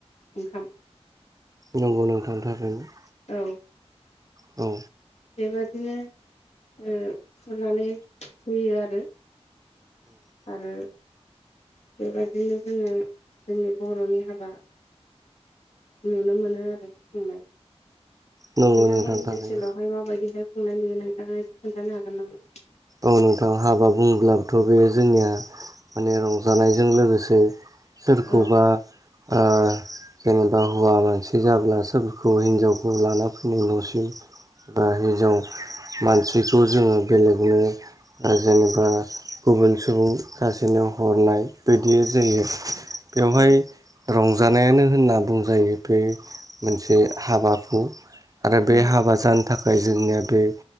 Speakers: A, on the left; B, on the right.
A: ओंखाम
B: नंगौ नोथां थाखायनो
A: औ
B: औ
A: बेबादिनो ओ खुरनानै होयो आरो आरो बेबादिनो जोङो जोंनि बर'नि हाबा नुनो मोनो आरो खुंनाय
B: नंगौ
A: नोंथांमोननि
B: नोंथां थारैनो
A: ओनसोलाव हाय माबायदि हाय खुंनाय नुयो नोंथाङा एसे खोनथानो हागोन नामा?
B: औ नोंथां हाबा बुंब्लाबोथ बे जोंनिया माने रंजानायजों लोगोसे सोरखौबा
A: औ
B: ओ जेनेबा हौवा मानसि जाब्ला सोरखौ हिनजावखौ लाना फैनाय नसिम बा हिनजाव मानसिखौ जोङो बेलेगनो ओ जेनेबा गुबुन सुंबुं सासेनो हरनाय बिदि जायो बेवहाय
A: औ
B: रंजानायानो होनना बुंजायो बे मोनसे हाबा हु आरो बे
A: औ
B: हाबा जान थाखाय जोंनिया बे